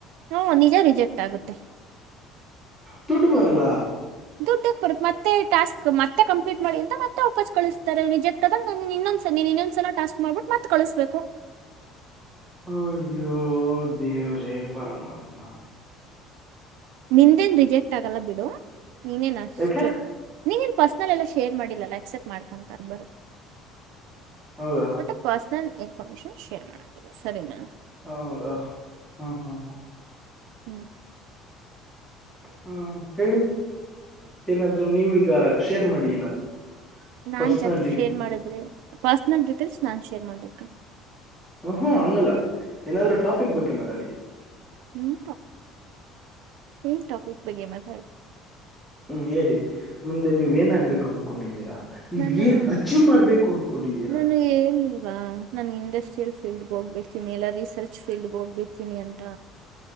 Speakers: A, on the right; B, in the centre.
A: ಹ್ಮ ನಿಜ ರಿಜೆಕ್ಟ್ ಆಗುತ್ತೆ
B: ದುಡ್ ಬರಲ್ಲ
A: ದುಡ್ಡಕ್ ಬಡತ್ತ ಮತ್ತೆ ಟಾಸ್ಕ್ ಮತ್ತೆ ಕಂಪ್ಲೀಟ್ ಮಾಡಿ ಅಂತ ಮತ್ತೆ ವಾಪಸ್ ಕಳಿಸತಾರೆ ರಿಜೆಕ್ಟ್ ಅದಾಗ ಇನ್ನೊಂದ್ಸ ನೀನ್ ಇನ್ನೊಂದ್ಸಲ ಟಾಸ್ಕ್ ಮಾಡ್ಬಿಟ್ಟು ಮತ್ತ್ ಕಳಿಸ್ಬೇಕು
B: ಅಯೋ ದೇವ್ರೇ ಪರಮಾತ್ಮ
A: ನಿಂದ್ ಏನ್ ರಿಜೆಕ್ಟ್ ಆಗಲ್ಲ ಬಿಡು ನೀನೇನ್ ಅಷ್ಟು
B: ಯಾಕೆ
A: ನೀಗೇನು ಪರ್ಸ್ನಲ್ ಎಲ್ಲ ಶೇರ್ ಮಾಡಿಲ್ಲಲ್ಲ ಆಕ್ಸೆಪ್ಟ್ ಮಾಡ್ಕೊಂತಾರೆ ಬರುತ್ತೆ
B: ಹೌದಾ
A: ಒಟ್ಟ ಪರ್ಸ್ನಲ್ ಇನ್ಫಾರ್ಮೇಶನ್ ಶೇರ್ ಮಾಡಕ್ಕಿಲ್ಲ ಸರಿನಾ
B: ಹೌದಾ ಹ್ಮ್ ಹ್ಮ್ ಹ್ಮ್
A: ಹ್ಮ್
B: ಹ್ಮ ಹೇಳಿ ಏನಾದ್ರು ನೀವ್ಈಗ ಶೇರ್ ಮಾಡಿ ಏನಾದ್ರು
A: ನಾನ್
B: ಪರ್ಸನಲ್
A: ಜಾಸ್ತಿ ಶೇರ್ ಮಾಡಿದ್ರೆ ಪರ್ಸನಲ್ ಡೀಟೇಲ್ಸ್ ನಾನು ಶೇರ್ ಮಾಡಬೇಕಾ
B: ಹ ಹ್ಮ ಹಂಗಲ್ಲ ಏನಾದ್ರೂ ಟಾಪಿಕ್ ಬಗ್ಗೆ ಮಾತಾಡಿ
A: ಹ್ಮ ಏನ್ ಟಾಪಿಕ್ ಬಗ್ಗೆ ಮತ್ತೆ
B: ಹ್ಮ್ ಹೇಳಿ ಮುಂದೆ ನೀವ್ ಏನಾಗ್ಬೇಕು ಅನ್ಕೊಂಡಿದ್ದೀರಾ ನೀವ್
A: ನಾನು
B: ಏನ್ ಅಚೀವ್ ಮಾಡ್ಬೇಕು ಅನ್ಕೊಂಡಿದ್ದೀರಾ
A: ನಾನು ಹೇಳಿಲ್ವಾ ನಾನ ಇಂಡಸ್ಟ್ರಿಯಲ್ ಫೀಲ್ಡ್ ಗೆ ಹೋಗ್ಬಿಡ್ತೀನಿ ಎಲ್ಲಾ ರಿಸರ್ಚ್ ಫೀಲ್ಡ್ಗೆ ಹೋಗ್ಬಿಡ್ತೀನಿ ಅಂತ